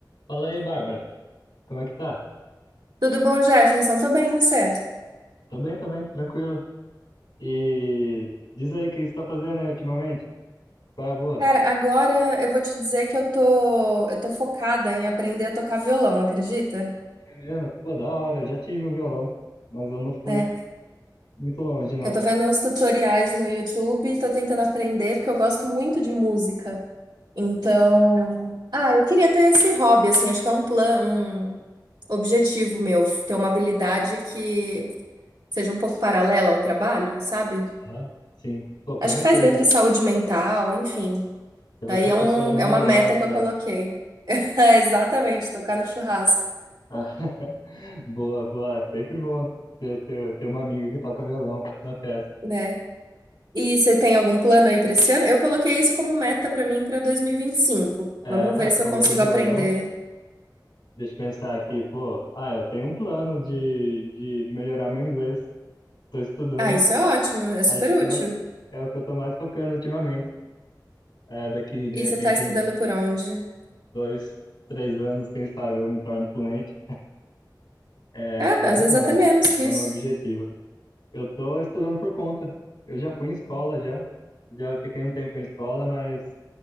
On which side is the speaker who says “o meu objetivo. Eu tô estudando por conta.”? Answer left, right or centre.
Left